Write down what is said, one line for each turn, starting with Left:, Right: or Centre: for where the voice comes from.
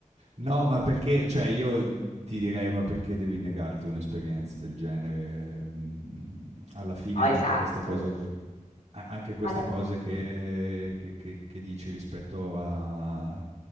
Right: no, ma perché, cioè io ti direi, ma perché devi negarti un'esperienza del genere? Mm, Alla fine
Left: Oh, esatto.
Right: anche queste cose che... A anche queste
Left: Allora,
Right: cose che che che che dici rispetto a